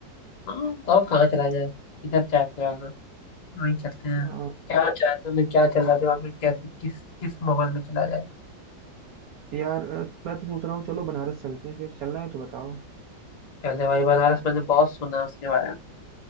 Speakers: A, on the left (about 60°); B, on the right (about 65°).
A: हाँ बताओ कहाँ चला जाए किधर चाहते हो आना वहीं चलते हैं
B: अ,
A: क्या चाहते हो मैं क्या चल रहा है दिमाग में कैसे किस किस माहौल में चला जाए
B: यार अ, मैं तो सोच रहा हूँ चलो बनारस चलते हैं फिर चलना है तो बताओ
A: पहले भाई बनारस मैंने बहुत सुना है उसके बारे में